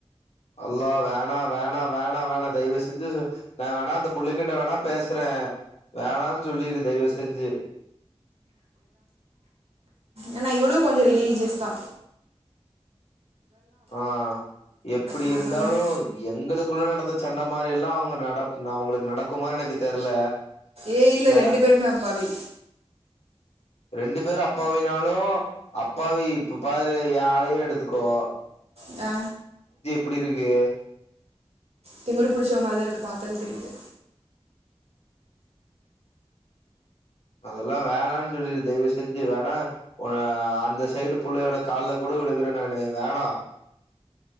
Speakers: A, on the left; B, on the right.
A: அல்லா வேணா வேணா வேணா வேணா தயவு செஞ்சு நா வேண்ணா அந்த புள்ளை கிட்ட வேண்ணா பேசறே. வேணான்னு சொல்லிரு தயவு செஞ்சு.
B: ஏன்னா இவளு கொஞ்ச ரிலீஜியஸ்தா.
A: ஆ எப்படி
B: நான்
A: இருந்தாலு
B: சொன்னேன்
A: எங்களுக்குள்ள நடந்த சண்ட மாரில்லா அவங்க நட அவங்களுக்கு நடக்குமான்னு எனக்கு தெர்ல.
B: ஏய் இல்ல
A: த
B: ரெண்டு பேருமே அப் பாவி
A: ரெண்டு பேரு அப்பாவினாலு அப் பாவி இப்ப பாரு ஏன் ஆளயே எடுத்துக்கோ
B: அ
A: ப்டி இருக்கு
B: திமிரு புடிச்சவ மாரிதா இருக்கு பாத்தாலே தெரியுது.
A: அதெல்லா வேணான்னு சொல்லிரு தயவு செஞ்சு வேண்ணா ஆ அந்த சைடு புள்ளையோட கால்ல கூட விழுகுறே நானு வேணா.